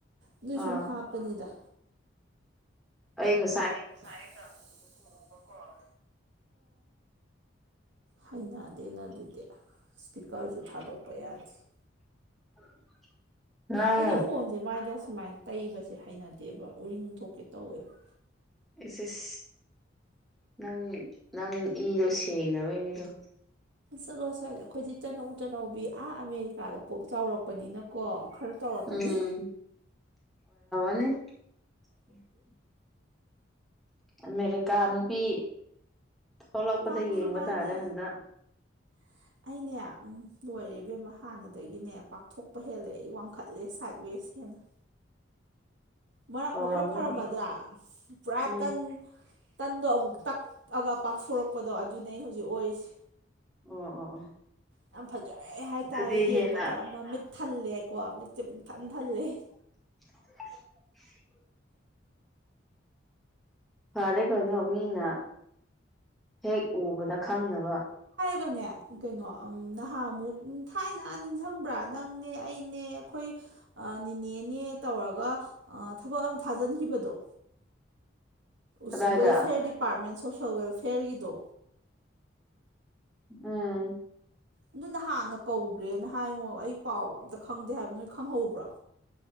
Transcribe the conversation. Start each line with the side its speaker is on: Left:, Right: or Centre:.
Right: ꯑꯗꯨ
Centre: ꯑꯥ
Right: ꯁꯨꯝ ꯍꯥꯞꯄꯅꯤꯗ
Centre: ꯑꯩ ꯉꯥ
Right: ꯑꯩ ꯉꯁꯥꯢꯈꯛꯇꯪ ꯎꯕꯀꯣ ꯑꯣ ꯍꯩꯅꯗꯦꯅ ꯑꯗꯨꯗꯤ ꯏꯁꯄꯤꯀꯔꯁꯨ ꯊꯥꯗꯣꯛꯄ ꯌꯥꯗꯦ <inaudible>
Centre: <inaudible> ꯅꯪ
Right: ꯑꯩꯗꯤ ꯐꯣꯟꯁꯦ ꯃꯥꯢꯗ ꯁꯨꯃꯥꯏꯅ ꯇꯩꯕꯁꯦ ꯍꯩꯅꯗꯦꯕ ꯎꯔꯤꯡ ꯊꯣꯛꯀꯦ ꯇꯧꯋꯦꯕ
Centre: ꯑꯦꯁ ꯑꯦꯁ ꯅꯪ ꯅꯪ ꯏꯗꯣ ꯁꯦꯡꯅꯕꯩꯅꯦꯗꯣ
Right: ꯆꯠꯂꯣ ꯑꯁ꯭ꯋꯥꯏꯗ ꯑꯩꯈꯣꯏꯗꯤ ꯇꯅꯧ ꯇꯅꯧꯕꯤ ꯑꯥ ꯑꯃꯦꯔꯤꯀꯥꯗ ꯄꯣꯛ ꯆꯥꯎꯔꯛꯄꯅꯤꯅꯀꯣ ꯈꯔ ꯇꯧꯔꯛꯀꯅꯤ
Centre: ꯎꯝ <unintelligible> ꯑꯃꯦꯔꯤꯀꯥ ꯅꯨꯄꯤ ꯊꯣꯛꯂꯛꯄꯗ
Right: ꯃꯥꯅꯦ
Centre: ꯌꯦꯡꯕ
Right: ꯃꯥꯅꯦ
Centre: ꯇꯥꯔꯦ ꯍꯟꯗꯛ
Right: <inaudible> ꯑꯩꯅꯦ ꯂꯣꯏꯔꯦ ꯏꯕꯦꯝꯃ ꯍꯥꯟꯅꯗꯒꯤꯅꯦ ꯄꯥꯛꯊꯣꯛꯄ ꯍꯦꯜꯂꯦ ꯑꯩ ꯋꯥꯡꯈꯠꯂꯦ ꯁꯥꯏꯠ ꯋꯦꯁ ꯍꯦꯟꯅ <inaudible> ꯃꯔꯛ
Centre: ꯇꯧꯔꯝꯒꯅꯤ
Right: ꯑꯃ ꯈꯔ ꯐꯔꯝꯃꯗ꯭ꯔꯥ ꯄꯨꯔꯥ
Centre: ꯎꯝ
Right: ꯇꯟ ꯇꯟꯗꯣ ꯑꯃꯨꯛ ꯇꯛꯑꯒ ꯄꯥꯛꯊꯣꯔꯛꯄꯗꯣ ꯑꯗꯨꯅꯦ ꯑꯩ ꯍꯧꯖꯤꯛ ꯑꯣꯏꯔꯤꯁꯦ
Centre: ꯑꯣ ꯑꯣ ꯑꯣ
Right: ꯌꯥꯝ ꯐꯖꯔꯦ ꯍꯥꯏꯇꯥꯔꯦ
Centre: ꯑꯗꯨꯗꯤ
Right: ꯌꯦꯡꯕꯗ
Centre: ꯍꯦꯟꯅ
Right: ꯃꯃꯤꯠ ꯊꯜꯂꯦꯀꯣ ꯃꯤꯠꯁꯦ ꯄꯨꯡꯊꯟ ꯊꯜꯂꯦ
Centre: <unintelligible> ꯐꯔꯦ ꯀꯩꯅꯣ ꯃꯤꯅ ꯍꯦꯛ ꯎꯕꯗ ꯈꯪꯅꯕ
Right: ꯀꯅꯦ ꯀꯩꯅꯣ ꯎꯝ ꯅꯍꯥꯃꯨꯛ ꯊꯥꯏꯅ ꯅꯤꯡꯖꯪꯕ꯭ꯔꯥ ꯅꯪꯅꯦ ꯑꯩꯅꯦ ꯑꯩꯈꯣꯏ ꯑꯥ ꯅꯤꯅꯦꯅꯦ ꯇꯧꯔꯒ ꯑꯥ ꯊꯕꯛ ꯑꯃ ꯊꯥꯖꯤꯟꯈꯤꯕꯗꯣ ꯎꯁ
Centre: ꯀꯗꯥꯏꯗ
Right: ꯋꯦꯜꯐꯤꯌꯔ ꯗꯤꯄꯥꯔꯠꯃꯦꯟ ꯁꯣꯁꯦꯜ ꯋꯦꯜꯐꯤꯌꯔꯒꯤꯗꯣ
Centre: ꯎꯝ
Right: ꯑꯗꯨ ꯅꯍꯥꯟꯅ ꯀꯧꯒ꯭ꯔꯦꯅ ꯍꯥꯏꯉꯣ ꯑꯩ ꯄꯥꯎ ꯑꯝꯇ ꯈꯪꯗꯦ ꯍꯥꯏꯕ ꯅꯣꯏ ꯈꯪꯍꯧꯕ꯭ꯔꯣ